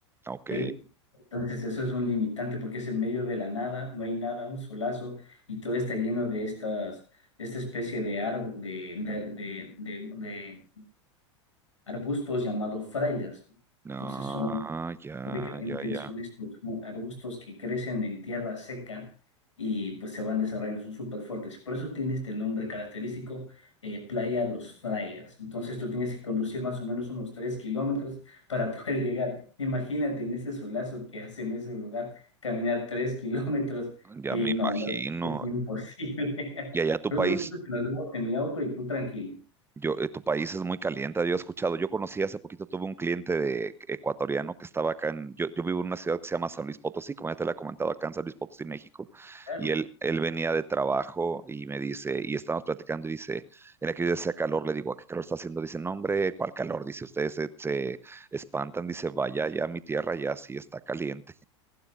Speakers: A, on the right; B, on the left.
A: Ok.
B: ¿ok? Entonces eso es un limitante porque es en medio de la nada, no hay nada, un solazo, y todo está lleno de estas, esta especie de árbol, de, de, de, de- de arbustos llamados frailers, ¿no?
A: No,
B: Entonces son
A: ya,
B: Prácticamente
A: ya, ya,
B: son estos mu- arbustos que crecen en tierra seca y pues se van desarrollando, son súper fuertes. Por eso tiene este nombre característico, eh, Playa Los Frailes. Entonces tú tienes que conducir más o menos unos 3 kilómetros para <laughs> poder llegar. Imagínate en ese solazo que hace en ese lugar, caminar 3 kilómetros.
A: ya
B: Y
A: me
B: no,
A: imagino.
B: no, es imposible.
A: Y allá
B: <laughs>
A: tu
B: Pero
A: país,
B: no te preocupes que nos vemos en mi auto y tú tranquilo.
A: yo, eh, tu país es muy caliente, había escuchado. Yo conocí hace poquito, tuve un cliente de ecuatoriano que estaba acá en, yo, yo vivo en una ciudad que se llama San Luis Potosí, como ya te la he comentado, acá en San Luis Potosí, México,
B: Claro.
A: y él, él venía de trabajo y me dice, y estábamos platicando y dice, en aquel día hacía calor, le digo, ¿a qué calor está haciendo? Dice, no, hombre, ¿cuál calor? Dice, ustedes se, se espantan, dice, vaya, ya mi tierra ya sí está caliente.